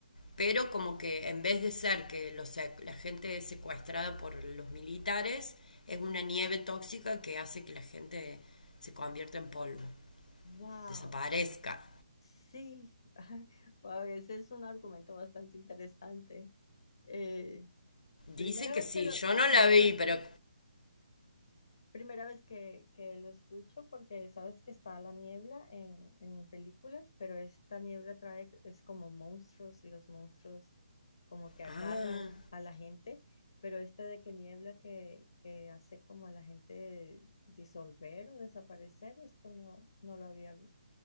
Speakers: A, on the left; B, on the left.
A: pero como que en vez de ser que los sec- la gente es secuestrada por los militares, es una nieve tóxica que hace que la gente se convierta en polvo,
B: Wow,
A: desaparezca.
B: sí. <laughs> Wow, ese es un argumento bastante interesante. Eh, primera
A: Dicen que
B: vez
A: sí,
B: que lo,
A: yo
B: primera
A: no la vi,
B: vez
A: pero...
B: Primera vez que, que lo escucho porque sabes que está la niebla en, en películas, pero esta niebla trae, es como monstruos y los monstruos como que agarran
A: Ah,
B: a la gente, pero esta de que niebla que, que hace como a la gente disolver o desaparecer, esto no, no lo había,